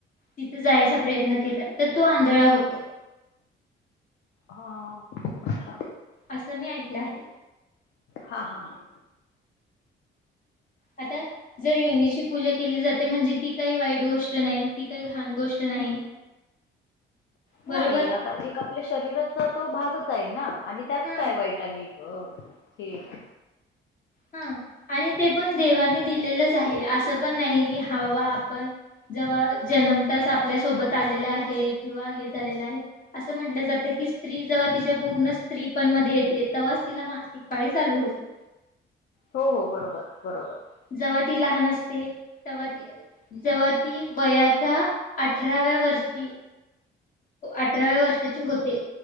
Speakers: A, on the left; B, on the left.
A: तिथं जायचा प्रयत्न केला तर तो आंधळा होतो.
B: हा अच्छा
A: असं मी ऐकलं आहे.
B: हा हा हा‌.
A: आता जर योनीची पूजा केली जाते म्हणजे ती काही वाईट गोष्ट नाही. ती काही घाण गोष्ट नाही. बरोबर
B: नाही आता एक आपल्या शरीराचा तो भागच आहे ना आणि त्यात
A: हा.
B: काय वाईट आणि हो ठीक.
A: हा आणि ते पण देवानी दिलेलंच आहे असं पण नाही की हा बाबा आपण जेव्हा जन्म तास आपल्यासोबत आलेला आहे किंवा हे झा आलेलं आहे. असं म्हटलं जातं की स्त्री जव्हा तिच्या पूर्ण स्त्री पणमध्येध्ये येते तेव्हाच तिला माह. तकाळी चालू होत.
B: हो हो बरोबर बरोबर.
A: जेव्हा ती लहान असते तेव्हा ती जवा ती वयाच्या अठराव्या वर्षी अठराव्या वर्षाची होते.